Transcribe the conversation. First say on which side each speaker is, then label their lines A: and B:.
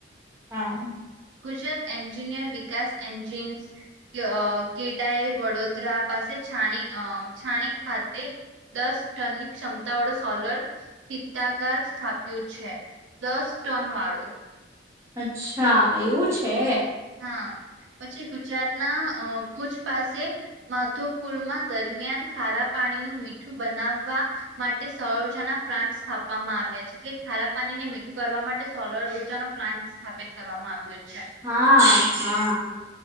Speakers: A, on the right (about 15°); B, on the right (about 90°).
A: હા.
B: ગુજરાત એન્જિનિયર વિકાસ એન્જિન્સ ગ અ ગેડાએ વડોદરા પાસે છાણી અ છાણી ખાધતે દસ ટનની ક્ષમતાવાળો સોલર સીતાગાર સ્થાપ્યો છે દસ ટન વાળો
A: અચ્છા એવું છે
B: હા પછી ગુજરાતના ભુજ પાસે માધોપુરમાં દરમિયાન ખારા પાણી મીઠું બનાવા માટે સજાના પ્રાંત સ્થાપવામાં આવ્યા છે એટલે ખારા પાણીને મીઠું કરવા માટે સોલર ઉર્જાનો પ્લાન્ટ સ્થાપિત કરવામાં આવ્યું હત
A: હા હા